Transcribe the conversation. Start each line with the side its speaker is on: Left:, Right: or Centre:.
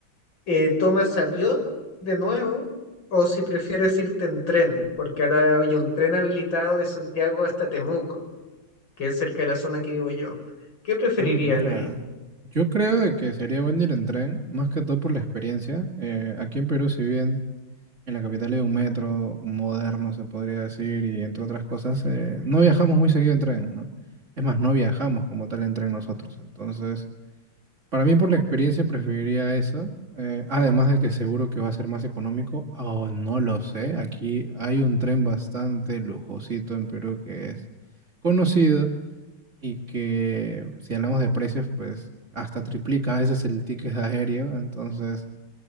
Left: eh, tomas avión de nuevo o si prefieres irte en tren, porque ahora hay un tren habilitado de Santiago hasta Temuco, que es cerca de la zona que vivo yo. ¿Qué preferirían
Right: Ah, mira.
Left: ahí?
Right: Yo creo de que sería bueno ir en tren, más que todo por la experiencia. Eh, aquí en Perú, si bien en la capital hay un metro moderno, se podría decir, y entre otras cosas, eh, no viajamos muy seguido en tren, ¿no? Es más, no viajamos como tal en tren nosotros. Entonces, Para mí, por la experiencia, preferiría eso. eh, además de que seguro que va a ser más económico, o no lo sé. Aquí hay un tren bastante lujosito en Perú que es conocido y que, si hablamos de precios, pues hasta triplica a veces el ticket <laughs> aéreo. Entonces,